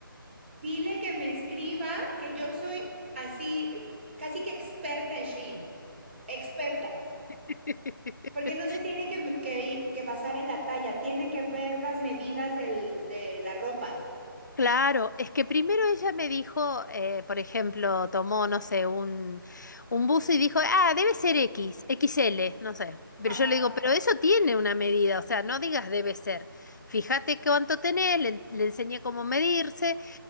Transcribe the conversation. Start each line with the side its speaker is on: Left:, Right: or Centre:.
Right: dile que me escriba, que yo soy así, eh, casi que experta en Shein. Experta.
Left: <laughs>
Right: Porque no se tiene que, que- que basar en la talla, tiene que ver las medidas del- de la ropa.
Left: Claro, es que primero ella me dijo, eh, por ejemplo, tomó, no sé, un, un buzo y dijo, ah, debe ser X, X L, no sé. Pero
Right: Ajá,
Left: yo le digo, pero eso tiene una medida, o sea, no digas debe ser. Fíjate cuánto tenés, le, le enseñé cómo medirse